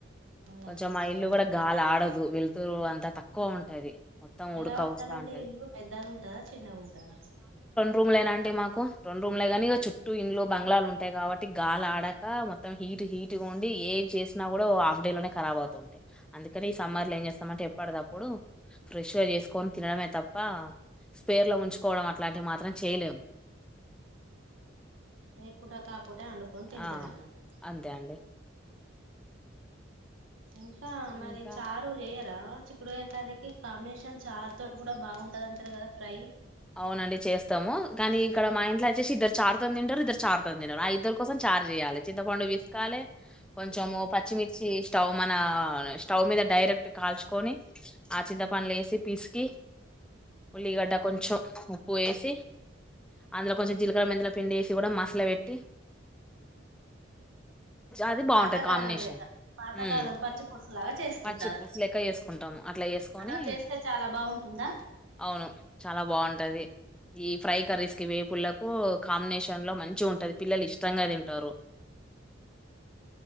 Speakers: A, on the right; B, in the centre.
A: అలా
B: కొంచెం
A: చేస్తారా
B: మా ఇల్లు కూడా గాలి ఆడదు తు వెలుతురు అంతా తక్కువ ఉంటది మొత్తం
A: ఎలా
B: ఉడక
A: ఉంటదండి
B: వస్తా ఉంటది.
A: ఇల్లు పెద్దగుంటదా చిన్నగుంటద
B: రూమ్ లే అండి మాకు రెండు రూమ్లే గానీ చుట్ ట్టు ఇండ్లు బంగ్లాలు ఉంటాయి కాబట్టి గాలి ఆడక మొత్తం హీట్ హీట్గా ఉండి ఏ చేసినా కూడా హాఫ్ డే లోనే రా అవుతూ ఉంటాయి అందుకని ఈ సమ్మర్లో ఏం చేస్తామంటే ఎప్పడటప్పుడు ఫ్రెష్గా చేసుకొని తినడమే తప్ప స్పేర్లో ఉంచుకోవడం అట్లాంటివి మాత్రం చేయలేము
A: ఏపుడ కాపుట ట్టే వండుకొని తింటారు
B: ఆ
A: అన్నట్టు
B: అంతే అండి
A: ఇంకా మరి
B: ఇంకా
A: చారు చేయరా చిక్కుడుకాయ్య కర్రీ కి కాంబినేషన్ చారు తోటి కూడా బాగుంటది అంటరు కదా ఫ్రై
B: అవునండి చేస్తాము కానీ ఇక్కడ మా ఇంట్లో వచ్చేసి ఇద్దరు చారుతో తింటరు ఇద్దరు చారుతో తింటరు ఆ ఇద్దరు కోసం చార్ చేయాలి చింతపండు విసుకాలి కొంచెము పచ్చిమిర్చి స్టవ్ మన స్టవ్ మీద డైరెక్ట్ కాల్చుకొని ఆ చింతపండ్లు వేసి పిసికి ఉల్లిగడ్డ కొంచెం ఉప్పు వేసి అందులో కొంచెం జీలకర్ర మెంతుల పిండి వేసి కూడా మసలు పెట్టి అది బాగుంటది
A: పాతకాలం
B: కాంబినేషన్
A: లెక్క పాతకాలం
B: మ్మ్
A: పచ్చి పులుసు లాగా చేసుకుంటారు
B: పచ్చి పూలుసు లెక్క చేసుకుంటాము అట్లా వేసుకొని
A: అలా చేస్తే చాలా బాగుంటుందా
B: అవును చాలా బాగుంటా టది ఈ ఫ్రై కర్రీస్ కి వేపూల్లకు కాంబినేషన్ లో మంచి గా ఉంటది పిల్లలు ఇష్టంగా తింటారు